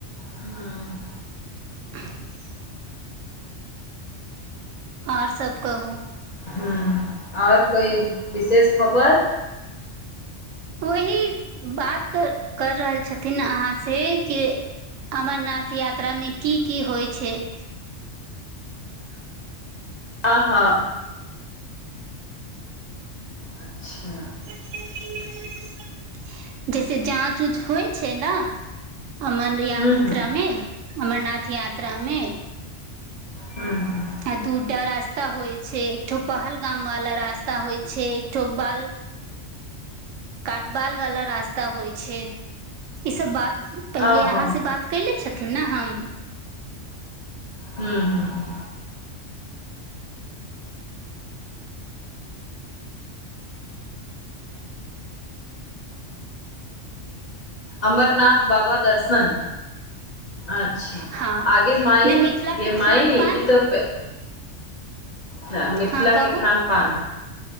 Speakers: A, on the left; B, on the right.
A: हाँ।
B: <inaudible> आर सब कहूँ?
A: हुं, और कोई विशेष खबर।
B: वही बात कर रहल छथिन अहाँ से, कि अमरनाथ यात्रा मे कि की होइ छैय?
A: हाँ-हाँ अच्छा
B: <unintelligible> जैसे जाँच उच होइ छै नै अमन यात्रामे
A: हूँ हूँ
B: अमरनाथ यात्रामे।
A: हूं-हूं
B: आ दूटा रास्ता होइ छै, एकठो पहलगाम वाला रास्ता होइ छै, एकठो बाल काटबाल वाला रास्ता होइ छै ई सब बात पहिले
A: ओहो
B: अहाँ से बात कले छथिन नै हम।
A: हूं-हूं अमरनाथ बाबा दर्शन अच्छा
B: हँ
A: आगे माइ
B: नहि मिथिलाके
A: गे माइ
B: खान पान
A: ई तऽ हा मिथिलाके
B: हँ कहू
A: खान पान